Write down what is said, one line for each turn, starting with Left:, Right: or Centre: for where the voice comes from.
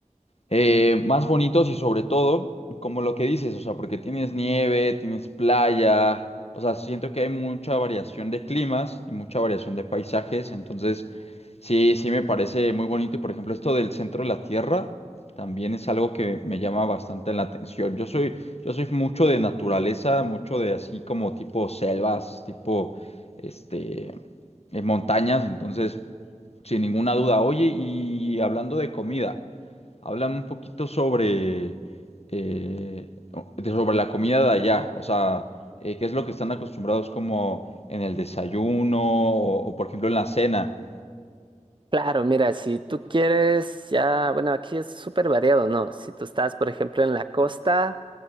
Left: eh, más bonitos y sobre todo, como lo que dices, o sea, porque tienes nieve, tienes playa, o sea, siento que hay mucha variación de climas y mucha variación de paisajes, entonces sí, sí me parece muy bonito y por ejemplo esto del centro de la Tierra también es algo que me llama bastante la atención. Yo soy, yo soy mucho de naturaleza, mucho de así como tipo selvas, tipo, este, eh, montañas, entonces, sin ninguna duda. Oye, y hablando de comida. Háblame un poquito sobre, eh, de- sobre la comida de allá, o sea, eh, qué es lo que están acostumbrados como en el desayuno o, o, por ejemplo en la cena.
Right: Claro, mira, si tú quieres ya, bueno, aquí es súper variado, ¿no? Si tú estás, por ejemplo, en la costa,